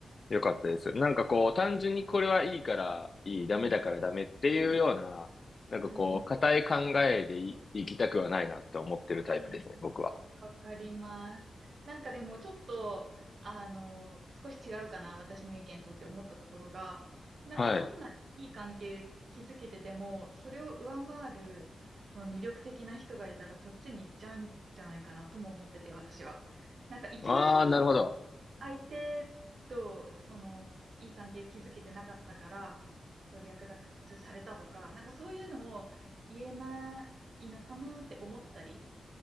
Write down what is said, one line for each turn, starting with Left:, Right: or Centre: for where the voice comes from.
Left: よかったです。なんかこう、単純にこれはいいからいい、ダメだからダメっていうような、なんかこう、
Right: うんうん。
Left: 固い考えでい、生きたくはないなって思ってるタイプですね、
Right: うん
Left: 僕は。
Right: わかります。なんかでもちょっと、あの、少し違うかな、私の意見とって思ったところが、なんかどんないい関係築けてても、
Left: はい。
Right: それを上回る、その魅力的な人がいたら、そっちに行っちゃうんじゃないかなとも思ってて、私は。なんか一概に
Left: ああ、なるほど。
Right: 相手と、その、いい関係築けてなかったから、そう、略奪されたとか、なんかそういうのも言えないのかなって思ったり、